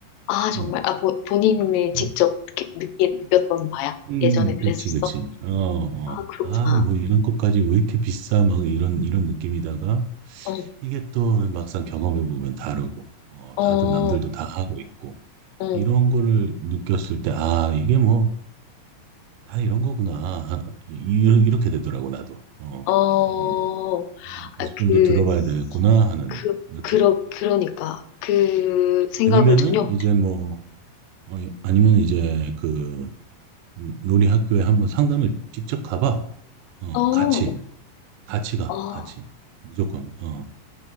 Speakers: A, on the left; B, on the right.
A: 아, 정말.
B: 어.
A: 아, 뭐, 본인이 직접
B: 음,
A: 이렇게 느끼, 느꼈던 바야?
B: 음,
A: 예전에 그랬었어?
B: 그렇지, 그렇지. 어, 어.
A: 아, 그렇구나.
B: 아, 뭐 이런 것까지 왜 이렇게 비싸? 막 이런 이런 느낌이다가
A: 어,
B: 이게 또 막상 경험해 보면 다르고, 어,
A: 어,
B: 다들 남들도 다 하고 있고
A: 응,
B: 이런 거를 느꼈을 때, 아, 이게 뭐 다 이런 거구나. <laughs> 아, 이- 이- 이렇게 되더라고, 나도. 어.
A: 어.
B: 음, 음, 그래서
A: 아, 그,
B: 좀 더 들어봐야 되겠구나 하는
A: 그,
B: 느낌.
A: 그러, 그러니까. 그 생각을
B: 아니면은
A: 전혀
B: 이제 뭐, 어, 아니면 이제 그 음, 놀이 학교에 한번 상담을 직접 가봐. 어,
A: 못했어.
B: 같이. 같이 가.
A: 어,
B: 같이. 무조건. 어.